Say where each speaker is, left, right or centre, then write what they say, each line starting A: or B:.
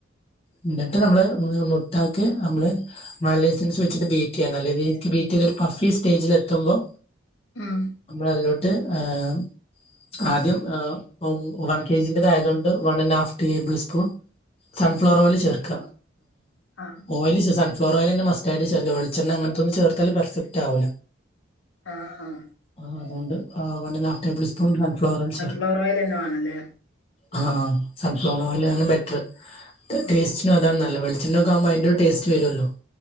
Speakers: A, on the left; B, on the left.
A: ഇന്നട്ട് നമ്മള് ഉം മുട്ടാക്ക്‌ നമ്മള് മാലേസൻസ് വെച്ചിട്ട് ബ്റ്റ്യ്യാ. നല്ലരീതിക്ക് ബീറ്റീത് ഒരു പഫി സ്റ്റേജിലെത്തുമ്പോ
B: ഉം
A: ഞമ്മളതിലോട്ട് ആഹ് ആദ്യം ആഹ് ഉം വൺ കെജിന്റെതായതോണ്ട് one and half table spoon sunflower oil ചേർക്ക.
B: ആഹ്
A: ഓയല് സ സൺഫ്ലവറോയലന്നെ മസ്റ്റായിട്ട് ചേർക്ക. വെളിച്ചെണ്ണ അങ്ങനത്തൊന്നും ചേർത്താല് പെർഫക്റ്റാവൂല്ല.
B: ആ ആഹ്
A: ആഹ് അതോണ്ട് ആഹ് one and half tablespoon sunflower oil ചേർ
B: സൺഫ്ലവറോയിലന്നെേ വാണല്ലേ?
A: ആഹ് സൺഫ്ലവറോയിലാണ് ബെറ്റർ.
B: ഉം
A: ടേസ്റ്റ് നും അതാണ് നല്ലത്. വെളിച്ചെണ്ണോക്കെ ആകുമ്പോ അയ്ന്റൊരു ടേസ്റ്റ് വരോല്ലോ.